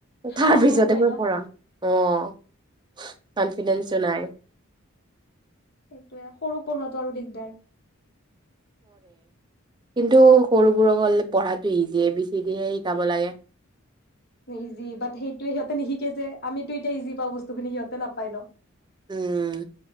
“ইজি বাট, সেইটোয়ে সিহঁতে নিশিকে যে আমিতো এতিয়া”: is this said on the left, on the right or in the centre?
Left